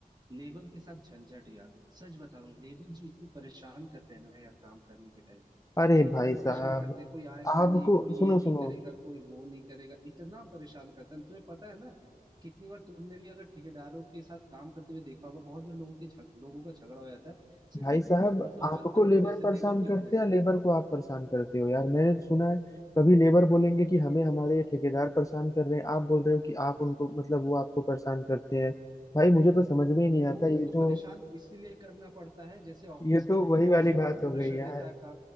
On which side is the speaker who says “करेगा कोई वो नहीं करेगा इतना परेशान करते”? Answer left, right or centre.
Right